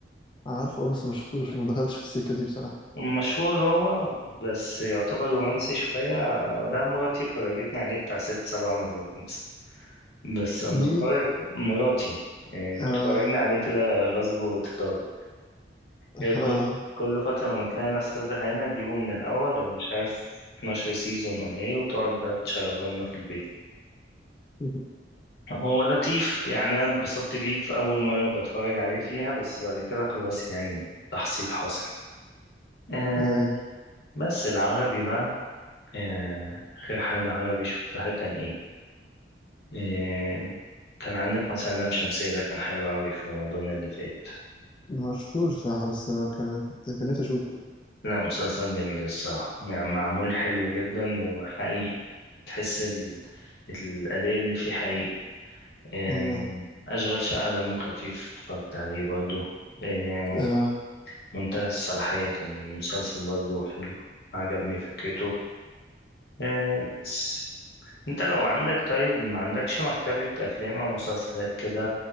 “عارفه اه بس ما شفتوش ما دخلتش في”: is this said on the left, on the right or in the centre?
Left